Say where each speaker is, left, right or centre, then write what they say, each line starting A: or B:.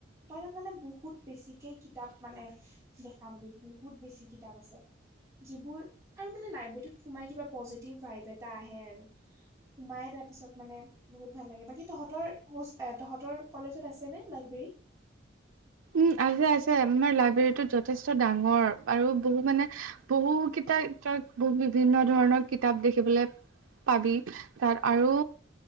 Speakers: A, on the right (about 15°); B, on the right (about 80°).
A: তই তাত মানে বহুত বেছিকে কিতাপ মানে দেখা পাবি, বহুত বেছি কিতাপ আছে। যিবোৰ আৰু মানে লাইব্ৰেৰীত সোমাই কিবা পজিটিভ ভাইভ এটা আহে আৰু। সোমাই তাৰপিছত মানে বহুত ভাল লাগে। বাকী তহঁতৰ এ, তহঁতৰ কলেজত আছেনে লাইব্ৰেৰী?
B: উম, আছে আছে। আমাৰ লাইব্ৰেৰীটো যথেষ্ট ডাঙৰ আৰু বহু মানে বহু কিতাই বহু বিভিন্ন ধৰণৰ কিতাপ দেখিবলৈ পাবি তাত আৰু